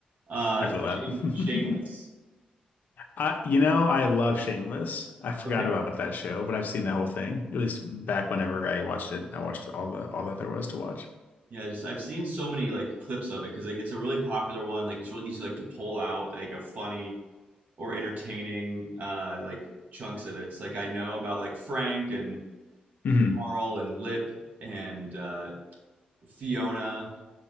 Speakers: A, on the right; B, on the left.
A: Uh,
B: I feel that.
A: shame,
B: <laughs>
A: shameless.
B: I, you know, I love Shameless. I forgot
A: Okay.
B: about that show, but I've seen the whole thing. At least back whenever I watched it, I watched all the all that there was to watch.
A: Yeah, just I've seen so many like clips of it because like it's a really popular one. Like it's really easy like to pull out like a funny or entertaining uh, like chunks of it. It's like I know about like Frank and
B: hmm
A: Carl and Lip and uh, Fiona,